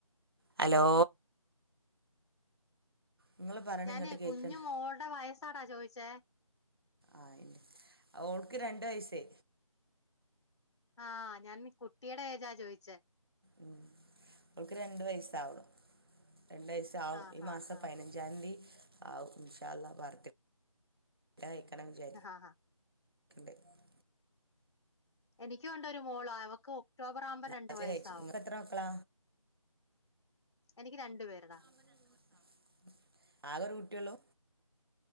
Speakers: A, on the right; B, on the left.
A: ഹലോ നിങ്ങൾ പറയണ
B: ഞാനേ
A: ഇങ്ങോട്ട്
B: കുഞ്ഞു
A: കേൾക്കണ്ട
B: മോളുടെ വയസ്സാടാ ചോദിച്ചേ
A: ആഹ് ഈ ഓൾക്ക് രണ്ട് വയസ്സേ
B: ആഹ് ഞാൻ കുട്ടിയുടെ ഏജാ ചോയിച്ചേ
A: ഉം ഓൾക്ക് രണ്ട് വയസ്സാവാ രണ്ട് വയസ്സാവും
B: ആഹ്
A: ഈ മാസം
B: ആഹ് ആഹ്
A: പയ്നഞ്ച ഞ്ചാന്തി ആവും ഇൻഷാഅല്ലാഹ് ബർത്ത് ടേ കയ്ക്കണം വിചാ
B: ആഹ്
A: <unintelligible>
B: എനിക്കൂണ്ടൊരു മോള് അവക്ക് ഒക്ടോബർ ആവുമ്പോ രണ്ടു
A: ക്ലാസ്സിൽ
B: വയസ്സാവും
A: കഴിച്ചു നിങ്ങൾക്ക് എത്ര മക്കളാ
B: എനിക്ക് രണ്ടു പേരെടാ
A: <unintelligible> ആകൊരു കുട്ടിയൊള്ളൂ